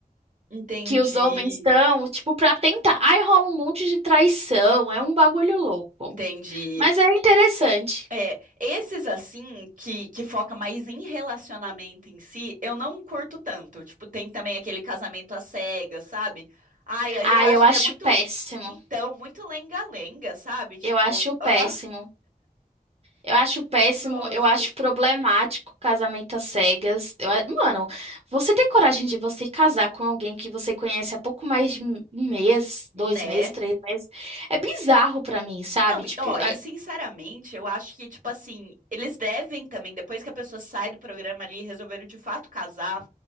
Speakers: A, on the right (about 60°); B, on the right (about 40°).
A: entendi.
B: que os homens estão, tipo, para tentar. Aí rola um monte de traição, é um bagulho louco.
A: Entendi.
B: Mas é interessante.
A: É, esses assim, que, que foca mais em relacionamento em si, eu não curto tanto. Tipo, tem também aquele casamento às cegas, sabe? Ai, aí
B: Ah,
A: eu acho
B: eu acho
A: que é muito,
B: péssimo.
A: então, muito lenga-lenga, sabe? Tipo,
B: Eu acho péssimo.
A: ah,
B: Eu acho péssimo,
A: não gosto.
B: eu acho problemático casamento às cegas. Eu, a- mano, você ter coragem de você casar com alguém que você conhece há pouco mais de um um mês, dois
A: Né?
B: meses, três meses, é bizarro pra mim, sabe?
A: Não, e-
B: Tipo,
A: ó,
B: é-
A: e sinceramente, eu acho que, tipo assim, eles devem também, depois que a pessoa sai do programa ali e resolveram de fato casar,